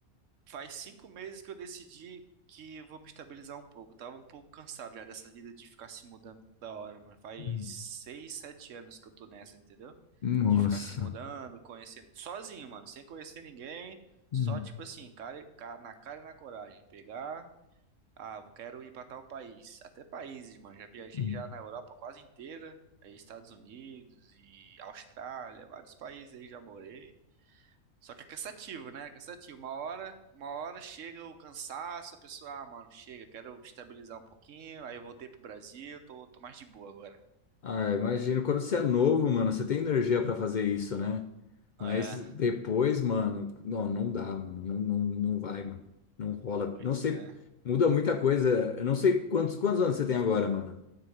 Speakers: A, on the right; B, on the left.
A: faz cinco meses que eu decidi que eu vou me estabilizar um pouco. Eu tava um pouco cansado já dessa vida de ficar se mudando da hora, mano. Faz
B: Hum.
A: seis, sete anos que eu tô nessa, entendeu?
B: Nossa.
A: De ficar se mudando, conhecendo, sozinho, mano, sem conhecer ninguém. Só,
B: Hum,
A: tipo assim, cara, e- ca- na cara e na coragem. Pegar, ah, eu quero ir pra tal país. Até países, mano. Já viajei
B: hum.
A: já na Europa quase inteira. aí Estados Unidos e Austrália, vários países aí já morei. Só que é cansativo, né? É cansativo. Uma hora, uma hora chega o cansaço, a pessoa, ah, mano, chega, quero estabilizar um pouquinho. Aí eu voltei pro Brasil, tô, tô mais de boa agora.
B: Ah, imagino, quando você é novo, mano, você tem energia pra fazer isso, né? Mas
A: É,
B: depois, mano, não, não dá, mano, não, não, não vai, mano, não rola.
A: pois
B: Não sei,
A: é.
B: muda muita coisa. Eu não sei quantos, quantos anos você tem agora, mano.